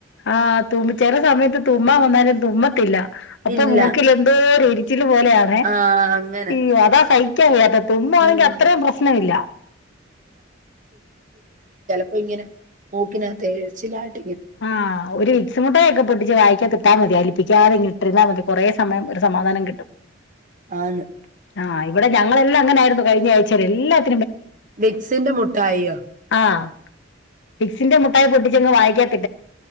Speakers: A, on the left; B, on the right.
A: ആ തുമ്മി ചെല സമയത്ത് തുമ്മ വന്നാലും തുമ്മത്തില്ല അപ്പൊ
B: ഇല്ല
A: മൂക്കിൽ എന്തോരു എരിച്ചില് പോലെയാണേ
B: ആഹ് അങ്ങനെ
A: ഉം അതാ സഹിക്കാൻ കയ്യാത്തത് തുമ്മ
B: ഉം
A: ആണെങ്കിൽ അത്രയും പ്രശ്നമില്ല
B: അപ്പൊ ഇങ്ങനെ മൂക്കിനാതെ <unintelligible>
A: ആ ഒരു വിക്സ മുട്ടായിയൊക്കെ പൊട്ടിച്ച് വായിക്കാത്ത് ഇട്ടാൽ മതി അലിപ്പിക്കാതെ ങ്ങി ഇട്ടിരുന്നാ മതി കുറേ സമയം ഒരു സമാധാനം കിട്ടും.
B: ആന്ന്
A: ആ ഇവിടെ ഞങ്ങളെല്ലാം അങ്ങനെയിരുന്നു കഴിഞ്ഞ ആഴ്ച എല്ലാം
B: വിക്സിന്റെ മുട്ടായിയോ
A: ആഹ് വിക്സിന്റെ മുട്ടായി പൊട്ടിച്ചങ്ങ് വായിക്കാ